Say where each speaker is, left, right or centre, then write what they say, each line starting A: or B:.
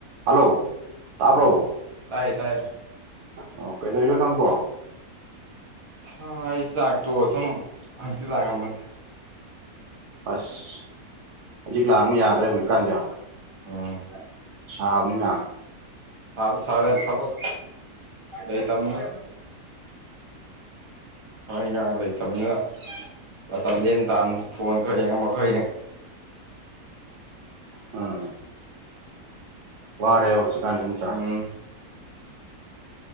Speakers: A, on the right (about 80°); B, on the right (about 50°).
A: hello ꯇꯥꯕ꯭ꯔꯣ
B: hello ꯇꯥꯏꯌꯦ ꯇꯥꯏꯌꯦ
A: ꯑꯣ ꯀꯩꯗꯩꯅꯣ ꯅꯪꯕꯣ
B: ꯍꯥ ꯑꯩ ꯆꯥꯛꯇꯣꯛꯑ ꯁꯨꯝ ꯍꯪꯆꯤꯠ ꯂꯥꯡꯉꯝꯕꯅꯦ
A: ꯑꯁ ꯍꯧꯖꯤꯛ ꯂꯥꯡꯕ ꯌꯥꯗ꯭ꯔꯦ ꯍꯧꯖꯤꯛꯀꯥꯟꯖꯦ
B: ꯎꯝ
A: ꯁꯥꯕꯅꯤꯅ
B: ꯁꯥꯒ ꯁꯥꯔꯦ ꯊꯕꯛ ꯂꯩꯩ ꯇꯝꯅꯤꯅ ꯊꯕꯛ ꯏꯟꯈꯥꯡ ꯂꯩꯇꯝꯅꯤꯅ ꯃꯇꯝ ꯂꯦꯟ ꯇꯥꯝꯅꯤ ꯐꯣꯟ ꯈꯔ ꯌꯦꯡ ꯑꯃ ꯈꯔ ꯌꯦꯡ
A: ꯎꯝ ꯋꯥꯔꯦꯕ ꯍꯧꯖꯤꯛꯀꯥꯟꯖꯦ ꯅꯠꯇ꯭ꯔ
B: ꯎꯝ